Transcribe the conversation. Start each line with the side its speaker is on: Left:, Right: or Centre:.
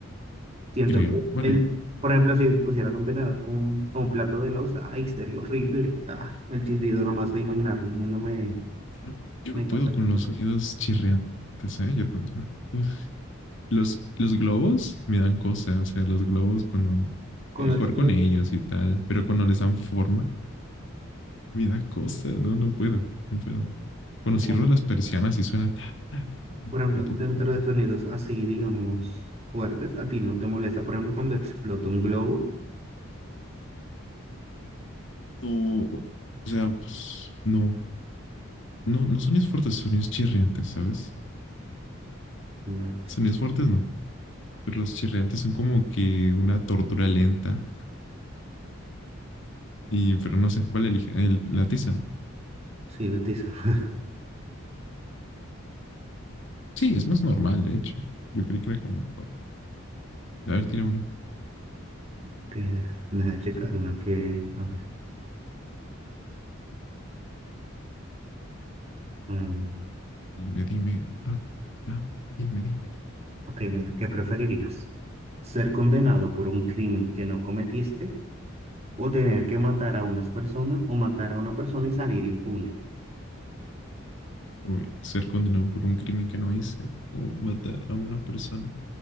Right: Siento
Left: creo.
Right: que
Left: Bueno,
Right: el, por ejemplo, si pusieras un tenedor con un, con un plato de loza, ay, sería horrible. Ay, el chirrido nomás de imaginarlo, no no me,
Left: no, yo
Right: me
Left: no
Right: causa
Left: puedo
Right: cosas.
Left: con los sonidos chirriantes, ¿eh? Yo, tan- yo- uf. Los, los globos me dan cosas, o sea, los globos cuando
Right: Cuando
Left: eh, jugar
Right: explota
Left: con ellos y tal, pero cuando les dan forma, me da cosa, no, no puedo, no puedo. Cuando
Right: y cuando,
Left: cierro las persianas y suena ta, ta, bueno,
Right: por ejemplo,
Left: tampoco,
Right: dentro
Left: pero
Right: de sonidos así, digamos, fuertes, a ti no te molesta, por ejemplo, cuando explota un globo.
Left: no, o sea, pues no, no, no sonidos fuertes, sonidos chirriantes, ¿sabes?
Right: Señales.
Left: Sonidos fuertes no, pero los chirriantes son como que una tortura lenta y, pero no sé, ¿cuál elige? El, la tiza, ¿no?
Right: Sí, la tiza. <laughs>
Left: Sí, es más normal, de hecho. Yo creí que era como, bueno, a ver, tira uno
Right: Ok, deja deja checar una que, a ver. mm,
Left: Dime, dime, pa, pa, dime, dime.
Right: ok, mira, ¿qué preferirías? ¿Ser condenado por un crimen que no cometiste? O tener que matar a unas personas o matar a una persona y salir impune.
Left: Uy, ser condenado por un crimen que no hice o matar a una persona.